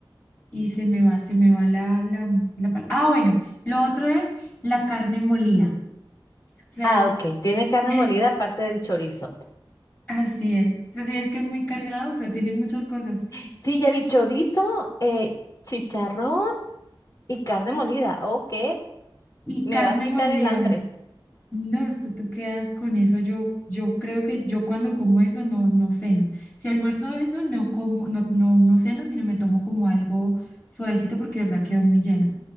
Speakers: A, on the left (about 20°); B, on the left (about 40°).
A: Y se me va, se me va la, la, la pal- Ah, bueno, lo otro es la carne molida. O sea,
B: Ah, ok. Tiene carne
A: <laughs>
B: molida aparte del chorizo.
A: así es. Así es que es muy cargado, o sea, tiene muchas cosas.
B: Sí, ya vi chorizo, eh, chicharrón y carne molida. Ok.
A: Y carne
B: Me va a quitar
A: molida.
B: el hambre.
A: No, esto tú quedas con eso. Yo, yo creo que yo cuando como eso no, no ceno. Si almuerzo eso, no como, no, no, no ceno, sino me tomo como algo suavecito porque de verdad quedo muy llena.